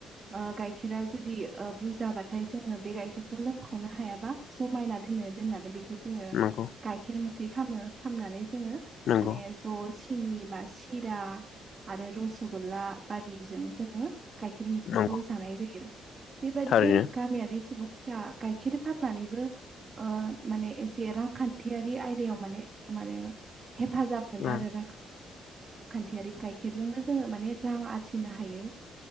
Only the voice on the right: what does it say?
ओ गाइखेरा जुदि ओ बुरजाबाथाय जोङो बे गाइखेरखौ लोंख'नो हायाबा समायना दोनो दोननानै बेखौ जोङो
गाइखेर मोखै खामो। खामनानै जोङो
माने ज' सिनि बा सिरा आरो रस'ग्ला बादिजों जोङो गाइखेर मैखिखौ
जानाय जायो। बेबायदिनो
गामियारि सुबुंफ्रा गाइखेर फाननानैबो ओ माने एसे रां- खान्थियारि आयदायाव माने-माने हेफाजाब
मोनो आरो रां- खान्थियारि गाइखेरजोंबो जोङो माने रां आरजिनो हायो।